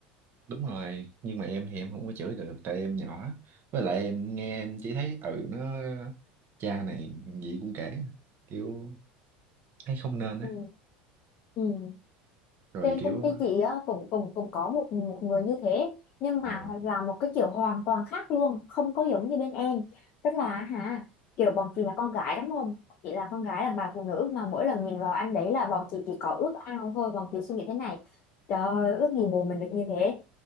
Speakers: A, on the right; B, on the left.
A: đúng rồi nhưng mà em thì em không có chửi được tại em nhỏ với lại em nghe em chỉ thấy ừ nó cha này gì cũng kể kiểu thấy không nên á
B: ừ ừ
A: rồi
B: trên
A: kiểu
B: công ty chị á cũng cũng cũng có một một người như thế nhưng
A: ờ,
B: mà là một cái kiểu hoàn toàn khác luôn không có giống như bên em tức là hả kiểu bọn chị là con gái đúng không chị là con gái là bà phụ nữ mà mỗi lần nhìn vào anh đấy là bọn chị chỉ có ước ao thôi bọn chị suy nghĩ thế này trời ơi, ước gì bồ mình được như thế